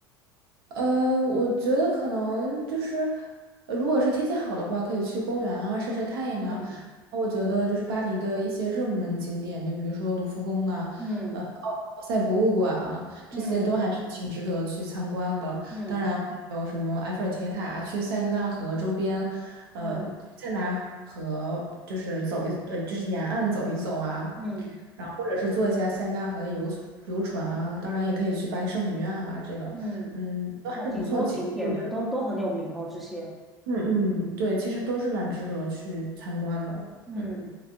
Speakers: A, on the right; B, in the centre.
A: 呃，我觉得可能就是，呃如果是天气好的话，可以去公园啊，晒晒太阳啊。
B: 嗯
A: 我觉得就是巴黎的一些热门景点，就比如说卢浮宫啊，
B: 嗯
A: 呃，奥赛博物馆啊，这些都还是挺值得去参观的。
B: 嗯嗯
A: 当然还有什么埃菲尔铁塔，去塞纳河周边，呃，
B: 嗯嗯
A: 塞纳河就是走一，呃，就是沿岸走一走啊，
B: 嗯，
A: 然后或者是坐一下塞纳河的游游船啊，当然也可以去巴黎圣母院啊，这个，
B: 嗯
A: 嗯，都还是不错，
B: 哦，挺多景点的，
A: 其我觉得，
B: 都都很有名哦，这些。
A: 嗯嗯，对，其实都是蛮值得去参观的，
B: 嗯，
A: 嗯